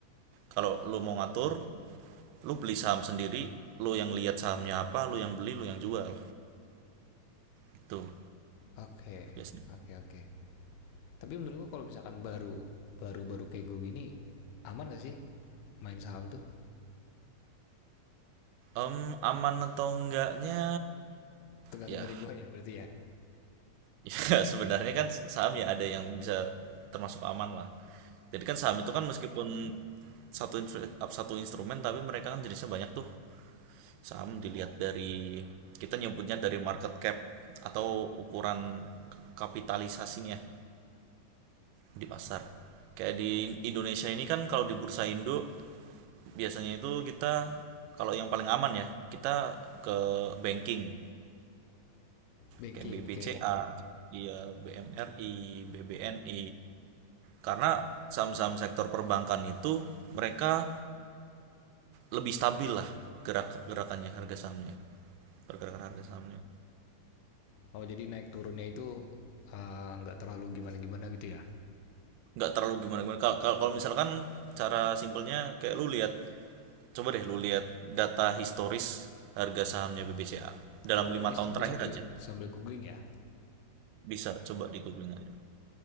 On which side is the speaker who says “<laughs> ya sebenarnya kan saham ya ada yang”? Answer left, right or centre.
Right